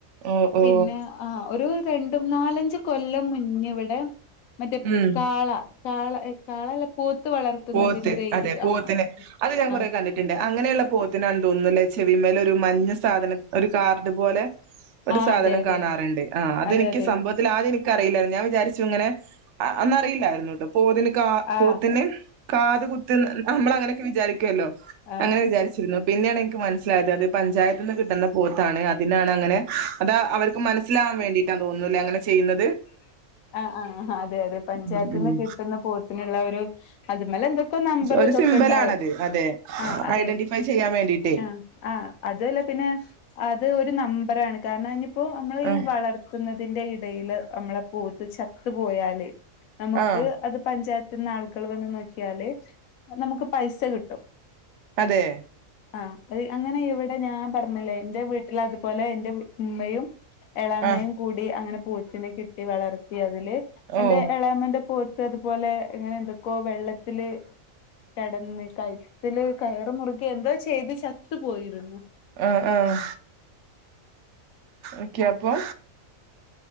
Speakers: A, on the right (about 65°); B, on the left (about 85°).
A: ഓ ഓ
B: പിന്നെ ആ ഒരു രണ്ടും നാലഞ്ച് കൊല്ലം മുമ്പ് ഇവിടെ മറ്റേ
A: ഉം
B: കാള കാള കാളല്ല പോത്ത് വളർത്തുന്നതിനൊരെഴുതി
A: പോത്ത് അതെ പോത്തിന്
B: ആ
A: അത് ഞാൻ
B: ആ
A: കൊറെ അങ്ങനെയുള്ള പോത്തിനാണ് തോന്നുന്നലേ ചെവിമേൽ ഒരു മഞ്ഞ സാധനം ഒരു കാർഡ് പോലെ ഒരു
B: ആ
A: സാധനം
B: അതെ അതെ
A: കാണാറുണ്ട് ആ അതെനിക്ക്
B: അതെ അതെ
A: സംഭവത്തിൽ ആദ്യം എനിക്ക് എനിക്കറിയില്ലായിരുന്നു ഞാൻ വിചാരിച്ചു ഇങ്ങനെ അന്നറിയില്ലായിരുന്നു കേട്ടോ പോത്തിന് കാ
B: ആ
A: പോത്തിന് കാത് കുത്തി നമ്മൾ അങ്ങനെയൊക്കെ വിചാരിക്കല്ലോ
B: ആ
A: അങ്ങനെ വിചാ വിചാരിച്ചിരുന്നു പിന്നെയാണ് എനിക്ക് മനസ്സിലായത് അത് പഞ്ചായത്ത് നിന്ന് കിട്ടുന്ന പോത്താണ് അതിനാണ് അങ്ങനെ അത് അവർക്ക് മനസ്സിലാവാൻ വേണ്ടിയിട്ടാ തോന്നുന്നല്ലേ അങ്ങനെ ചെയ്യുന്നത്
B: ആ ആ അതെ അതെ പഞ്ചായത്ത്
A: ഉം
B: നിന്ന്
A: ഉം
B: കിട്ടുന്ന പോത്തിനുള്ള ഒരു അത് മലെന്തൊക്കെ നമ്പറും
A: ഒരു
B: ഇതൊക്കെ
A: സിമ്പലാണത്
B: ഉണ്ടാവും
A: അതെ
B: ആ അതെ
A: ഐഡന്റിഫൈ ചെയ്യാൻ വേണ്ടിട്ടേ
B: ആ ആ അതും അല്ല പിന്നെ അത് ഒരു നമ്പറാണ് കാരണം അതിഞ്ഞിപ്പോ നമ്മൾ
A: ആഹ്
B: ഈ വളർ പിന്നതിന്റെ ഇടയില് നമ്മളെ പോത്ത് ചത്ത് പോയാല് നമുക്ക്
A: ആഹ്
B: അത് പഞ്ചായത്തിന്ന് ആളുകൾ വന്ന് നോക്കിയാല് നമുക്ക് പൈസ കിട്ടും
A: അതെ
B: ആ അത് അങ്ങനെ ഇവിടെ ഞാൻ പറഞ്ഞില്ലേ എന്റെ വീട്ടിൽ അതുപോലെ എന്റെ ഉമ്മയും എളാമയും
A: ആഹ്
B: കൂടി അങ്ങനെ പോത്തിനെ കിട്ടി വളർത്തി അതില്
A: ഓ
B: എന്റെ എളാമന്റെ പോത്ത് അതുപോലെ അങ്ങനെ എന്തൊക്കോ വെള്ളത്തില് കിടന്ന് കയുത്തില് കയറ് മുറുകി എന്തോ ചെയ്ത് ചത്ത് പോയിരുന്നു
A: ആ ആ ഓക്കെ അപ്പൊ